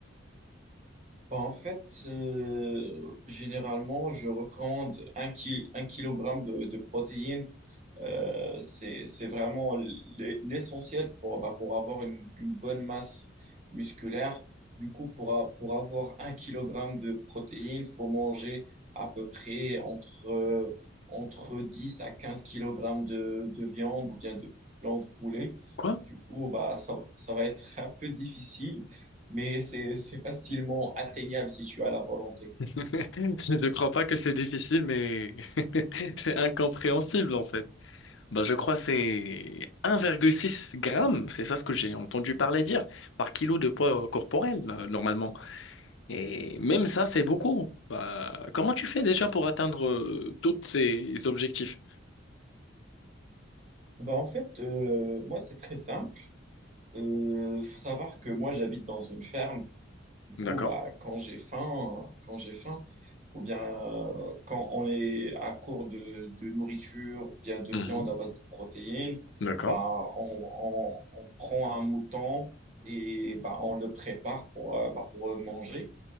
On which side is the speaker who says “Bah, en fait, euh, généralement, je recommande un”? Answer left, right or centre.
Right